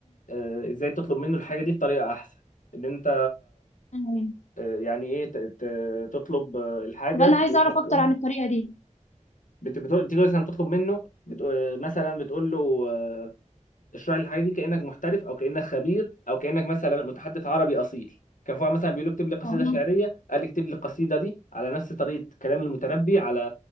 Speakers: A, on the left; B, on the left.
A: آه، ازاي تطلب منه الحاجه دي بطريقه احسن ان انت
B: تمام.
A: آه، يعني ايه ت- ت- تطلب آه، الحاجه
B: طب انا
A: بانك
B: عايزة اعرف اكتر
A: تقول
B: عن الطريقة دي
A: بت- بتقول- تيجي مثلا تطلب منه بتقول مثلا بتقول له آه، اشرح لي الحاجه دي كانك محترف او كانك خبير او كانك مثلا متحدث عربي اصيل كان في واحد مثلا بيقول له اكتب لي قصيده
B: اه
A: شعريه قال لي اكتب لي القصيده دي على نفس طريقه كلام المتنبي على